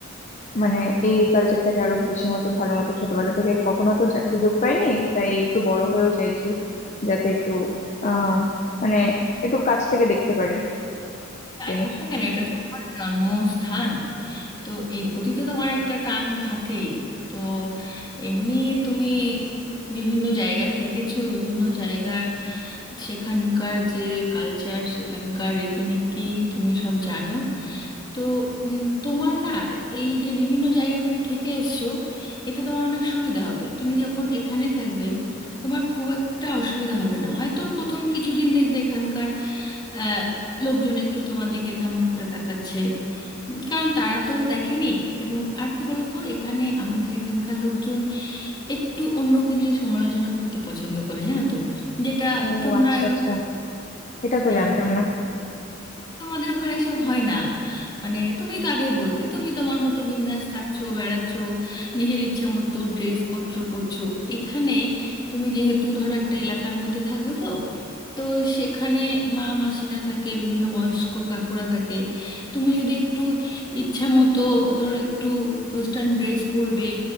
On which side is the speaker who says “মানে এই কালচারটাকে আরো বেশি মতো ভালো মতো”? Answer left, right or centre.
Left